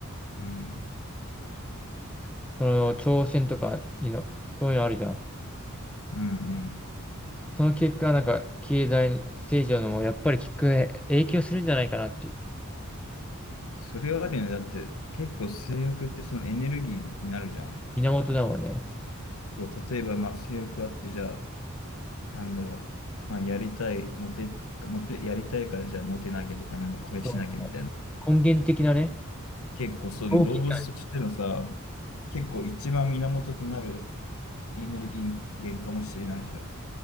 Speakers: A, on the left; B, in the centre.
A: うん、
B: その、挑戦とか、いの、そういうのあるじゃん。
A: うん。うん
B: その結果、なんか、経済成長のも、やっぱり結果、影響するんじゃないかなっていう、
A: それはあるよね。だって結構性欲ってそのエネルギーになるじゃん。
B: 源だもんね。
A: そう、例えばまあ性欲あって、じゃあ、なんだろう。まあ、やりたい、モテ、モテ、やりたいからじゃあモテなきゃとか、なんかこれしなきゃみたいな。
B: そうか根源的なね。
A: 結構そうね、
B: 動機だ。
A: 動物としてのさ、結構一番源となるエネルギー源かもしれないじゃん。